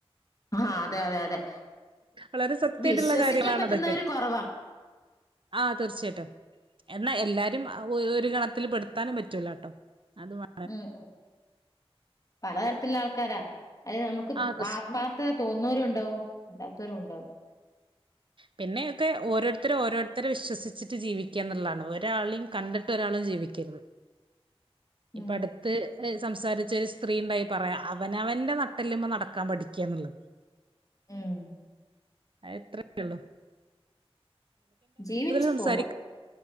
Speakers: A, on the left; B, on the right.
A: ആ അതെ അതെ അതെ
B: വളരെ സത്യായിട്ടുള്ള
A: വിശ്വസിക്കാൻ
B: കാര്യങ്ങളാണതൊക്കെ.
A: പറ്റുന്നവര് കുറവാ
B: ആഹ് തീർച്ചയായിട്ടും. എന്നാൽ എല്ലാരും അ ഒഒരു ഗണത്തിൽ പെടുത്താനും പറ്റൂലാ ട്ടോ. അതും വാ
A: ഉം ഉം. പലതരത്തില്ല ആൾക്കാരാ. അതെ. നമുക്ക്
B: ആഹ് തീർച്ച
A: ആത്മാർത്ഥ തോന്നുന്നവരു ഉണ്ടാവും അല്ലാത്തവരും ഉണ്ടാവും.
B: പിന്നെയൊക്കെ ഓരോരുത്തരും ഓരോരുത്തരെ വിശ്വസിച്ചിട്ട് ജീവിക്ക്യ എന്നുള്ളതാണ്. ഒരാളിം കണ്ടിട്ട് ഒരാളും ജീവിക്കരുത്. ഇപ്പ
A: ഉം
B: അടുത്ത് എഹ് സംസാരിച്ച ഒരു സ്ത്രീ ഉണ്ടായി പറയാ അവനവന്റെ ന ട്ടെല്ല്മ്മ നടക്കാൻ പഠിക്ക്യാ എന്നുള്ളത്.
A: ഉം
B: അഎത്രേ <unintelligible> ള്ളൂ
A: ജീവിച്ചു
B: സംസാരിക്കാം
A: പോവാ.